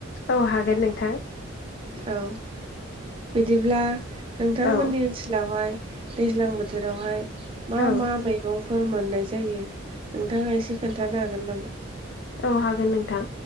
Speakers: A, on the left; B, on the right.
A: औ हागोन नोंथां
B: औ बिदिब्ला नोंथांमोननि
A: औ
B: ओनसोलावहाय दैज्लां बोथोरावहाय मा
A: औ
B: मा मैगं फोर मोननाय जायो नोंथाङा एसे खोन्थानो हागोन नामा?
A: औ हागोन नोंथां।